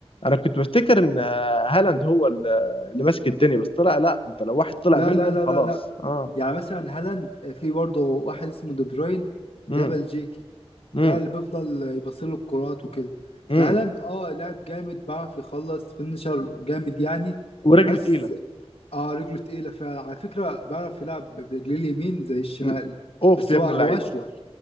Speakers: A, on the left (about 60°); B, on the left (about 85°).
A: انا كنت بفتكر ان آه، هالاند هو ال- اللي ماسك الدنيا بس طلع لا انت لو واحد طلع
B: لا
A: منهم
B: لا لا
A: خلاص
B: لا لا
A: اه
B: يعني مثلا هالاند آه، في برضه واحد اسمه دي بروين
A: امم
B: ده بلجيكي
A: امم
B: ده اللي بيفضل يبصله الكرات وكده
A: امم
B: فهالاند اه لاعب جامد بيعرف يخلص فينشر جامد يعني
A: ورجله
B: بس
A: تقيلة
B: اه رجله تقيلة فعلا على فكرة بعرف يلعب برجليه اليمين زي الشمال
A: مم. اوف
B: بس
A: يا
B: هو
A: ابن
B: هو
A: اللعيبة
B: أشول